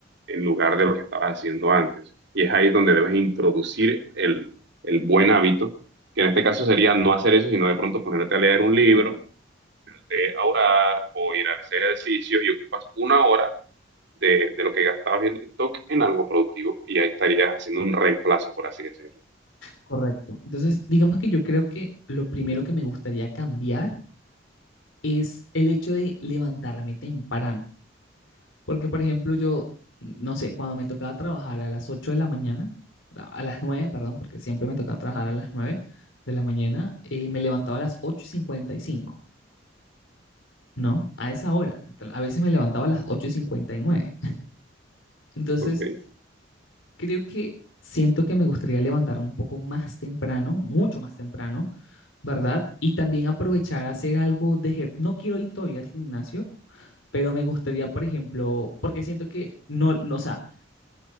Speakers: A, on the right; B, on the left.
A: en lugar de lo que estabas haciendo antes. Y es ahí donde debes introducir el, el buen hábito, que en este caso sería no hacer eso, sino de pronto ponerte a leer un libro, ponerte a orar o ir a hacer ejercicio y ocupas una hora de, de lo que gastabas viendo TikTok en algo productivo. Y ahí estarías haciendo un reemplazo, por así decirlo.
B: correcto. Entonces, digamos que yo creo que lo primero que me gustaría cambiar es el hecho de levantarme temprano. Porque, por ejemplo, yo, no sé, cuando me tocaba trabajar a las 8 de la mañana, a las 9 perdón, porque siempre me tocaba trabajar a las nueve de la mañana, eh, me levantaba a las ocho y cincuenta y cinco ¿no? A esa hora. A veces me levantaba a las ocho y cincuenta y nueve Entonces,
A: Ok.
B: creo que siento que me gustaría levantarme un poco más temprano, mucho más temprano, ¿verdad? Y también aprovechar a hacer algo de ejer- No quiero ir todavía al gimnasio, pero me gustaría, por ejemplo, porque siento que no, no, o sea,